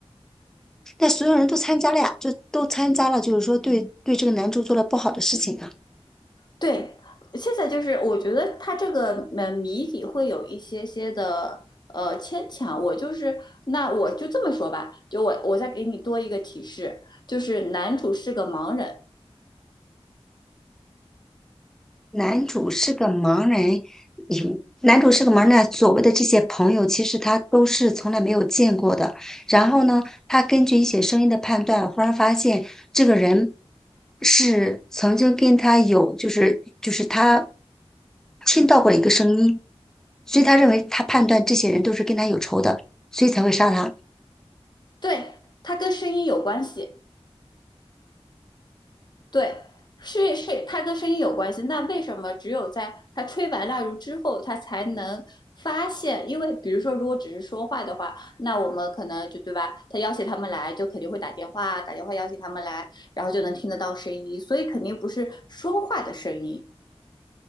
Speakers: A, in the centre; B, on the left.
A: 那所有人都参加了呀，就都参加了，就是说对对这个男主做了不好的事情啊。
B: 对，现在就是我觉得他这个嗯谜底会有一些些的呃牵强。我就是那我就这么说吧，就我我再给你多一个提示，就是男主是个盲人，
A: 男主是个盲人，有男主是个盲人，啊，所谓的这些朋友，其实他都是从来没有见过的。然后呢，他根据一些声音的判断，忽然发现这个人是曾经跟他有，就是就是他听到过一个声音，所以他认为他判断这些人都是跟他有仇的，所以才会杀他。
B: 对，他跟声音有关系。对，是是，它跟声音有关系。那为什么只有在他吹完蜡烛之后，他才能发现？因为比如说，如果只是说话的话，那我们可能就对吧？他邀请他们来，就肯定会打电话，打电话邀请他们来，然后就能听得到声音，所以肯定不是说话的声音。